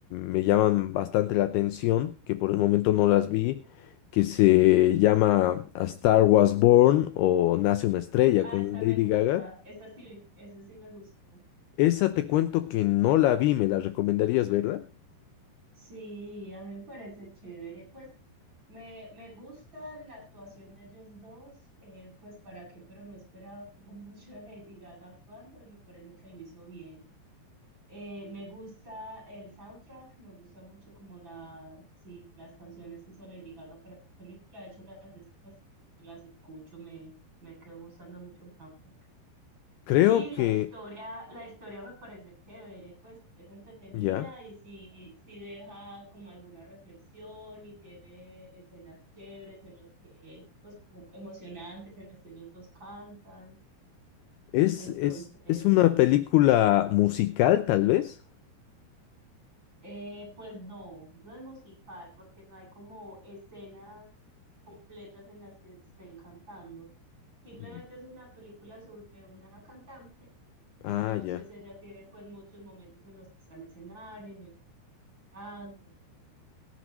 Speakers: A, on the left; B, on the right.
A: me llaman bastante la atención, que por el momento no las vi, que se llama A Star Was Born o Nace una estrella
B: Ah,
A: con
B: esta
A: Lady
B: me gusta,
A: Gaga.
B: esa sí, esa sí me gustó.
A: Esa te cuento que no la vi, me la recomendarías, ¿verdad?
B: Sí, a mí me parece chévere. Pues me, me gusta la actuación de ellos dos, eh, pues para qué, pero no esperaba como <laughs> mucho de Lady Gaga actuando y me parece que lo hizo bien. Eh, me gusta el soundtrack, me gusta mucho como la, sí, las canciones que hizo Lady Gaga para esa película. De hecho, las, es- pues, como que las escucho, me, me quedo gustando mucho el soundtrack.
A: Creo
B: Y la
A: que
B: historia, la historia me parece chévere, pues es entretenida
A: ya.
B: y sí, sí deja como alguna reflexión y tiene escenas chéveres en los que, pues como emocionantes, en las que ellos dos cantan.
A: Es,
B: Entonces...
A: es, es una película musical, tal vez.
B: Eh, pues no, no es musical porque no hay como escenas completas en las que estén cantando. Simplemente
A: Mm.
B: es una película sobre una cantante. Entonces
A: Ah, ya.
B: ella tiene pues muchos momentos en los que está en escenario, en el que cantando. y así.